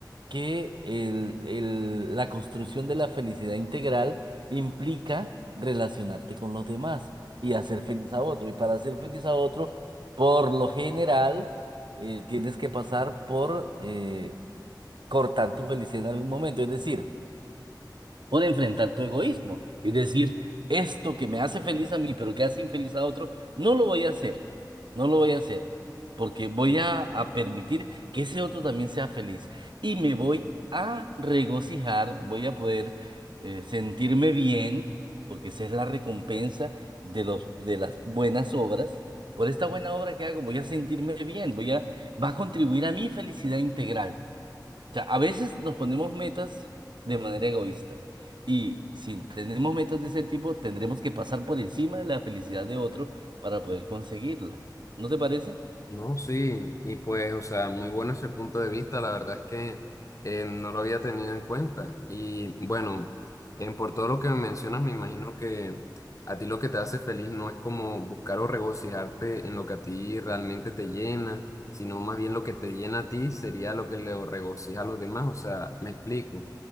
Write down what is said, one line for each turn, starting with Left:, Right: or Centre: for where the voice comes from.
Right: que el- el- la construcción de la felicidad integral implica relacionarte con los demás y hacer feliz a otro. Y para hacer feliz a otro, por lo general, eh, tienes que pasar por eh, cortar tu felicidad en algún momento. Es decir, por enfrentar tu egoísmo y decir, esto que me hace feliz a mí, pero que hace infeliz a otro, no lo voy a hacer, no lo voy a hacer, porque voy a, a permitir que ese otro también sea feliz y me voy a regocijar, voy a poder eh, sentirme bien, porque esa es la recompensa de los, de las buenas obras. Por esta buena obra que hago, voy a sentirme bien, voy a, va a contribuir a mi felicidad integral sea, a veces nos ponemos metas de manera egoísta. Y si tenemos metas de ese tipo, tendremos que pasar por encima de la felicidad de otro para poder conseguirla. ¿No te parece?
Left: No, sí, y pues, o sea, muy bueno ese punto de vista, la verdad es que eh, no lo había tenido en cuenta. Y bueno, en por todo lo que me mencionas, me imagino que a ti lo que te hace feliz no es como buscar o regocijarte en lo que a ti realmente te llena, sino más bien lo que te llena a ti sería lo que le regocija a los demás. O sea, me explico.